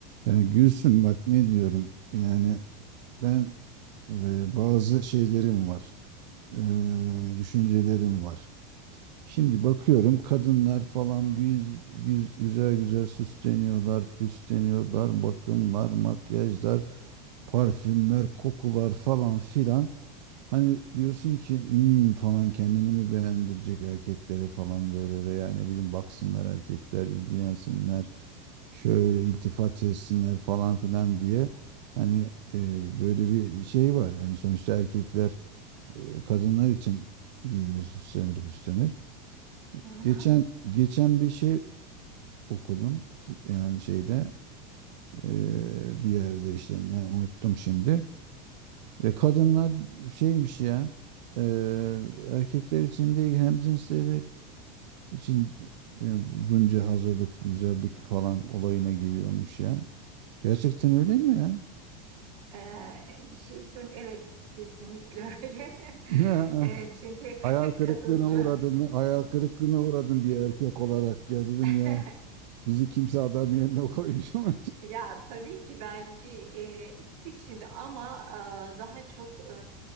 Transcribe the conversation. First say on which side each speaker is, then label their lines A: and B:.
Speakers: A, on the right; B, on the right.
A: Yani Gülsüm bak ne diyorum yani ben e, bazı şeylerim var e, düşüncelerim var. Şimdi bakıyorum kadınlar falan güz- güz- güzel güzel süsleniyorlar, püsleniyorlar, bakımlar, makyajlar, parfümler, kokular falan filan. Hani diyorsun ki "Hmm," falan kendini mi beğendirecek erkeklere falan böyle veya ne bileyim baksınlar erkekler ilgilensinler şöyle iltifat etsinler falan filan diye hani e, böyle bir şey var. Yani sonuçta erkekler e, kadınlar için giyinir, süslenir, püslenir.
B: Hı hı.
A: Geçen geçen bir şey okudum yani şeyde e, bir yerde işte ne unuttum şimdi. E, kadınlar şeymiş ya e, erkekler için değil hem cinsleri için e, bunca hazırlık, güzellik falan olayına giriyormuş ya. Gerçekten öyle mi ya?
B: Ee, bir şey söyleyeyim. Evet, kesinlikle öyle. <laughs>
A: Ne,
B: Ee,
A: <laughs>
B: çünkü
A: Hayal
B: <laughs>
A: kırıklığına
B: kadınlar
A: uğradım. Hayal kırıklığına uğradım bir erkek olarak ya dedim
B: <laughs>
A: ya.
B: <laughs>
A: Bizi kimse adam yerine koymuş mu? <laughs>
B: Ya tabii ki bence e, ikisi için de ama e, daha çok e,